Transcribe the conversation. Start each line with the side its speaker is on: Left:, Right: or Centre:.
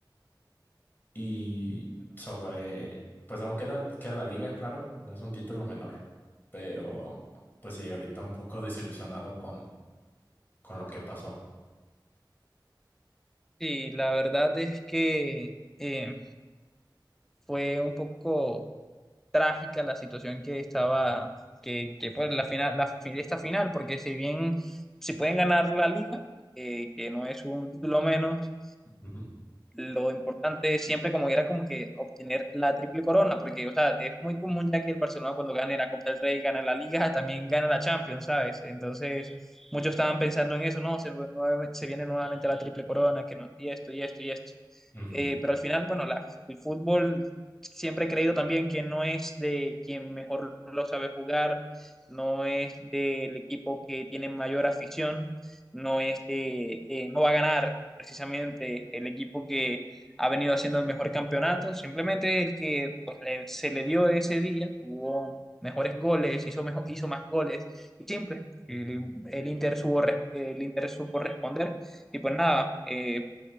Left: Y sobre, pues aún queda, queda la liga, claro, no es un título menor, pero pues sí, ahorita un poco desilusionado con, con lo que pasó.
Centre: Sí, la verdad es que eh, fue un poco trágica la situación que estaba, que, que pues la final, la, fin- esta final, porque si bien si pueden ganar la liga, eh, que no es un título menos,
Left: Ujú,
Centre: lo importante siempre como era como que obtener la triple corona, porque, o sea, es muy común ya que el Barcelona cuando gane la Copa del Rey, gana la Liga, <laughs> también gana la Champions, ¿sabes? Entonces, muchos estaban pensando en eso, no, se, nuevamente- se viene nuevamente la triple corona, que no, y esto, y esto, y esto.
Left: ujú.
Centre: Eh, pero al final, bueno, la- el fútbol siempre he creído también que no es de quien mejor lo sabe jugar, no es del equipo que tiene mayor afición, no es de, eh, no va a ganar precisamente el equipo que ha venido haciendo el mejor campeonato, simplemente el que pues, le- se le dio ese día, tuvo mejores goles, hizo, mejo- hizo más goles y simple. El, el Inter supo, re- el Inter supo responder y pues nada, eh,